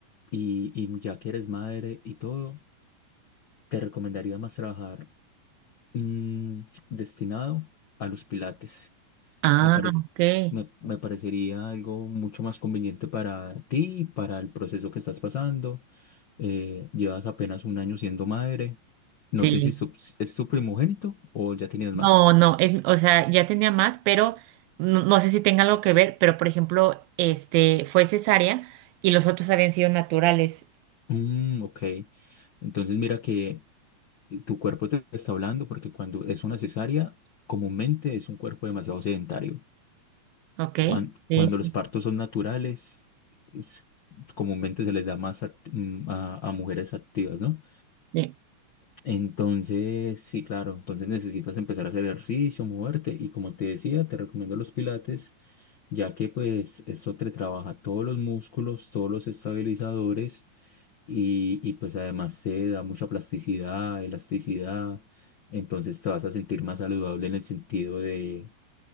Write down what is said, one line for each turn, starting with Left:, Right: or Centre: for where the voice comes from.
Left: y, y ya que eres madre y todo, te recomendaría más trabajar Mm, destinado a los pilates.
Right: Ah,
Left: Me parece,
Right: ok,
Left: me, me parecería algo mucho más conveniente para ti, y para el proceso que estás pasando. Eh, llevas apenas un año siendo madre. No
Right: sí.
Left: sé si su- es tu primogénito o ya tenías
Right: No,
Left: más.
Right: no, es, o sea, ya tenía más, pero no, no sé si tenga algo que ver, pero por ejemplo, este fue cesárea y los otros habían sido naturales,
Left: Mm, ok. Entonces mira que tu cuerpo te está hablando porque cuando es una cesárea, comúnmente es un cuerpo demasiado sedentario.
Right: ¿ok?
Left: Cuan-
Right: Sí,
Left: Cuando,
Right: sí,
Left: los partos son naturales, es- comúnmente se les da más act- mm, a, a mujeres activas, ¿no?
Right: sí.
Left: Entonces, sí, claro, entonces necesitas empezar a hacer ejercicio, moverte y como te decía, te recomiendo los pilates, ya que pues esto te trabaja todos los músculos, todos los estabilizadores y, y pues además te da mucha plasticidad, elasticidad, entonces te vas a sentir más saludable en el sentido de,